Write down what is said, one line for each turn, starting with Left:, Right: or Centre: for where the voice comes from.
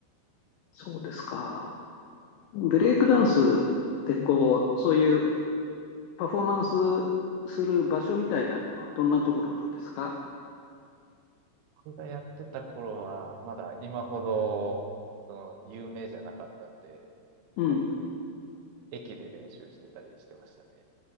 Left: そうですか。ブレイクダンスってこう、そういうパフォーマンスする場所みたいなのはどんなところなんですか
Right: 僕がやってた頃は、まだ今ほど、その、有名じゃなかったんで、
Left: うん。
Right: 本当に駅で練習してたりしてましたね。